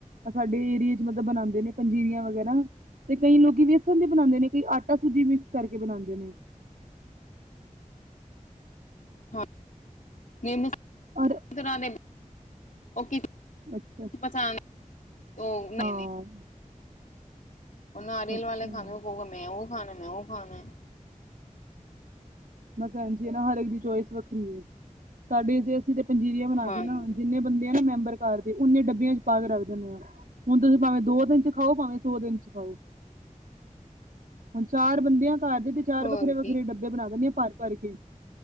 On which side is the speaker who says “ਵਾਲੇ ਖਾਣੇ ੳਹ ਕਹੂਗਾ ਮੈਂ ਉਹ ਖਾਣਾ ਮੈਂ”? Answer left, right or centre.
Left